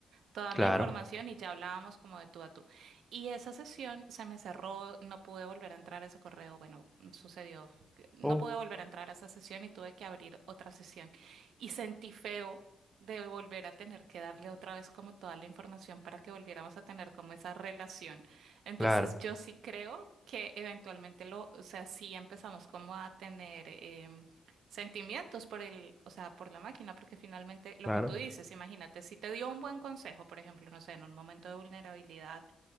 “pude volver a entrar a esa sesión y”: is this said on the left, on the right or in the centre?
Right